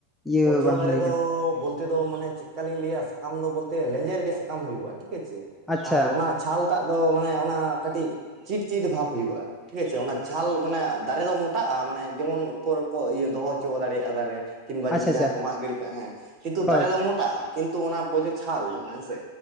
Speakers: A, in the centre; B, on the right.
A: ᱤᱭᱟᱹ
B: ᱯᱚᱡᱚ
A: ᱵᱟᱝ
B: ᱫᱟᱨᱮ
A: ᱦᱩᱭ
B: ᱫᱚ
A: ᱠᱟᱱᱟ
B: ᱵᱚᱞ ᱛᱮ ᱫᱚ ᱢᱟᱱᱮ ᱪᱮᱫᱠᱟᱞᱤᱧ ᱞᱟᱹᱭᱟ ᱥᱟᱠᱟᱢ ᱫᱚ ᱵᱚᱞᱛᱮ ᱞᱮᱸᱡᱮᱨ ᱜᱮ ᱥᱟᱠᱟᱢ ᱦᱩᱭᱩᱜᱼᱟ ᱴᱷᱤᱠ ᱟᱪᱷᱮ ᱾
A: ᱟᱪᱪᱷᱟ
B: ᱟᱨ ᱚᱱᱟ ᱪᱷᱟᱞ ᱴᱟᱜ ᱫᱚ ᱢᱟᱱᱮ ᱚᱱᱟ ᱠᱟᱹᱴᱤᱡ ᱪᱤᱴ ᱪᱤᱴ ᱵᱷᱟᱵ ᱦᱩᱭᱩᱜᱼᱟ᱾ ᱴᱷᱤᱠ ᱟᱪᱷᱮ ᱚᱱᱟ ᱪᱷᱟᱞ ᱢᱟᱱᱮ ᱫᱟᱨᱮ ᱫᱚ ᱢᱚᱴᱟᱜᱼᱟ ᱢᱟᱱᱮ ᱡᱮᱢᱚᱱ ᱩᱯᱚᱨ ᱠᱚ ᱤᱭᱟᱹ ᱫᱚᱦᱚ ᱦᱚᱪᱚ ᱫᱟᱲᱮᱭᱟᱜᱼᱟ ᱫᱟᱨᱮ᱾ ᱠᱤᱢᱵᱟ ᱡᱩᱫᱤ
A: ᱟᱪᱪᱷᱟ
B: ᱡᱟᱦᱟᱸ
A: ᱟᱪᱪᱷᱟ
B: ᱠᱚ ᱢᱟᱜ ᱜᱤᱰᱤ ᱠᱟᱜᱼᱟ ᱦᱮᱸ ᱠᱤᱱᱛᱩ
A: ᱦᱳᱭ
B: ᱫᱟᱨᱮ ᱫᱚ ᱢᱚᱴᱟᱜᱼᱟ, ᱠᱤᱱᱛᱩ ᱚᱱᱟ ᱯᱚᱡᱚ ᱪᱷᱟᱞ ᱡᱟᱦᱟᱸ ᱦᱮᱸᱥᱮ᱾